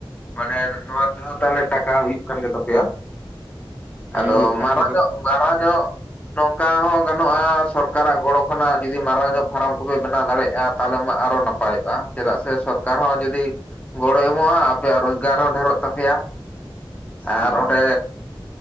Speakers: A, on the left (about 15°); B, on the right (about 20°).
A: ᱢᱟᱱᱮ ᱱᱚᱣᱟ ᱛᱮᱦᱚ ᱛᱟᱦᱚᱞᱮ ᱴᱟᱠᱟ ᱦᱩᱭᱩᱜ ᱠᱟᱱ ᱜᱮ ᱛᱟᱯᱮᱭᱟ
B: ᱦᱮᱸ
A: ᱟᱫᱚ
B: ᱦᱩᱭᱩᱜ ᱠᱟᱱ
A: ᱢᱟᱨᱟᱝ
B: ᱜᱮᱭᱟ ᱫᱚ
A: ᱧᱚᱜ ᱛᱟᱨᱟ ᱫᱚ ᱱᱚᱝᱠᱟ ᱦᱚᱸ ᱜᱟᱱᱚᱜ-ᱟ ᱥᱚᱨᱠᱟᱨᱟᱜ ᱜᱚᱲᱚ ᱠᱷᱚᱱᱟᱜ ᱡᱩᱫᱤ ᱢᱟᱨᱟᱝ ᱧᱚᱜ ᱯᱷᱟᱨᱟᱢ ᱠᱚᱯᱮ ᱵᱮᱱᱟᱣ ᱫᱟᱲᱮᱭᱟᱜ-ᱟ ᱛᱟᱦᱚᱞᱮ ᱢᱟ ᱟᱨᱚ ᱱᱟᱯᱟᱭ ᱾ ᱱᱟᱯᱟᱭᱚᱜ-ᱟ ᱪᱮᱫᱟᱜ ᱥᱮ ᱥᱚᱨᱠᱟᱨ ᱦᱚᱸ ᱡᱩᱫᱤ ᱜᱚᱲᱚᱭ ᱮᱢᱚᱜᱼᱟ ᱟᱯᱮᱭᱟᱜ ᱨᱳᱡᱽᱜᱟᱨ ᱦᱚᱸ ᱰᱷᱮᱨᱚᱜ ᱛᱟᱯᱮᱭᱟ
B: ᱦᱚᱸ
A: ᱟᱨ ᱚᱱᱰᱮ